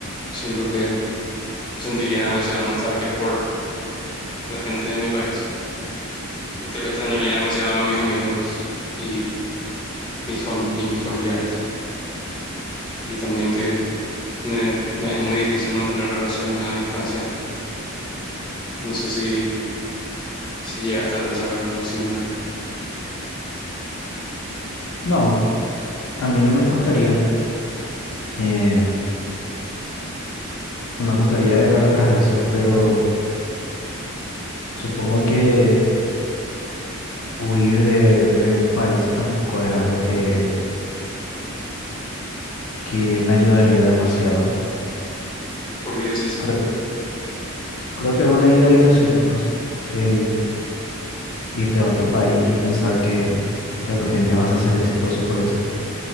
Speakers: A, on the left; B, on the left.
A: siento que sentiría demasiada nostalgia por la gente de mi país y que le extrañaría demasiado a mis amigos. y mis fam- y mis familiares. Y también que me, me es muy difícil mantener relaciones a distancia. No sé si, si llegaste a pensar en algo similar.
B: No, a mí no me costaría, eh, no me costaría dejar atrás eso, pero supongo que huir de, de un país tampoco es algo que, que me ayudaría demasiado.
A: ¿Por qué decís?
B: Creo, creo que es una idealización nomás, el irte a otro país y pensar que de repente vas a ser exitoso por eso.